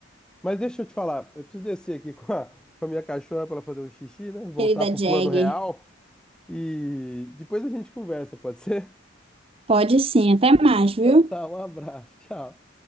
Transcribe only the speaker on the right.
querida
Jagger,
pode sim, até mais, viu?